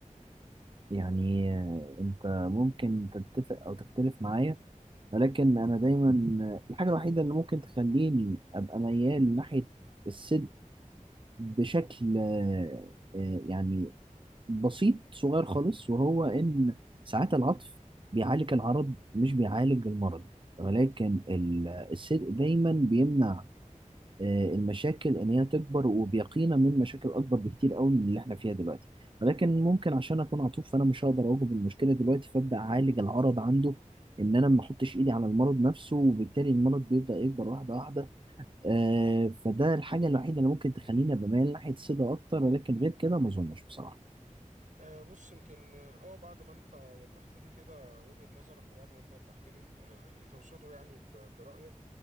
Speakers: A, on the right; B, on the right.
A: يعني آه، أنت ممكن تتفق أو تختلف معايا ولكن أنا دايما آه، الحاجة الوحيدة اللي ممكن تخليني أبقى ميال ناحية الصدق بشكل آه، آه، يعني بسيط صغير خالص وهو إن ساعات العطف بيعالج العرض مش بيعالج المرض ولكن ال- الصدق دايما بيمنع آه، المشاكل إن هي تكبر وبيقينا من مشاكل أكبر بكتير قوي من اللي إحنا فيها دلوقتي ولكن ممكن عشان أكون عطوف فأنا مش هقدر أواجه المشكلة دلوقتي فأبدأ أعالج العرض عنده إن أنا ما أحطش إيدي على المرض نفسه وبالتالي المرض بيبدأ يكبر واحدة واحدة آه، فده الحاجة الوحيدة اللي ممكن تخليني بميل ناحية الصدق أكتر ولكن غير كده ما أظنش بصراحة
B: أه بص يمكن اه أه، بعد ما انت وضحت لي كده وجهة نظرك وبعد ما انت وضحت لي ال- آه، اللي تقصده يعني ب- برأيك